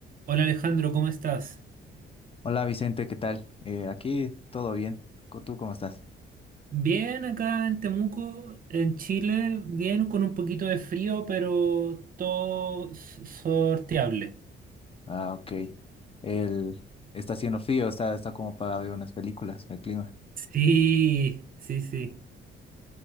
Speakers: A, on the right; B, on the left.
A: Hola Alejandro, ¿cómo estás?
B: Hola Vicente, ¿qué tal? Eh, aquí todo bien. Co- ¿Tú cómo estás?
A: Bien acá en Temuco, en Chile, bien con un poquito de frío, pero todo s- sorteable.
B: Ah, ok. El, está haciendo frío, está, está como para ver unas películas, el clima.
A: Sí, sí, sí.